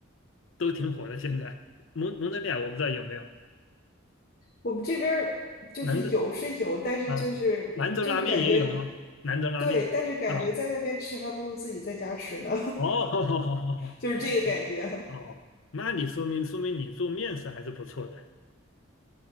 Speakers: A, on the left (about 70°); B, on the left (about 45°).
A: 都挺火的。现在蒙蒙德利尔我不知道有没有，
B: 我们这边儿就是有是有，
A: 兰州
B: 但是就是就是感觉，
A: 啊，兰州拉面也有啊，兰州拉面啊，
B: 对，但是感觉在外边吃还不如自己在家吃呢，
A: 哦 <laughs> 好好好好好，
B: <laughs> 就是这个感觉，
A: 哦，那你说明说明你做面食还是不错的。